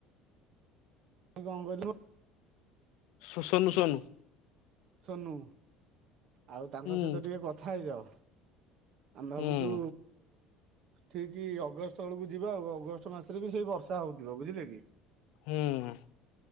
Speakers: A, on the right (about 55°); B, on the left (about 75°).
A: କଣ କହିଲୁ?
B: ସ ସନୁ ସନୁ।
A: ସୋନୁ। ଆଉ ତାଙ୍କ
B: ହୁଁ
A: ସହିତ ଟିକେ କଥା ହେଇଯାଅ। ଆମେ ଭାବୁଚୁ
B: ହୁଁ
A: ଠିକ୍ ଅଗଷ୍ଟ ବେଳକୁ ଯିବା ଆଉ ଅଗଷ୍ଟ ମାସରେ ବି ସେଇ ବର୍ଷା ହଉଥିବ। ବୁଝିଲେ କି?
B: ହୁଁ।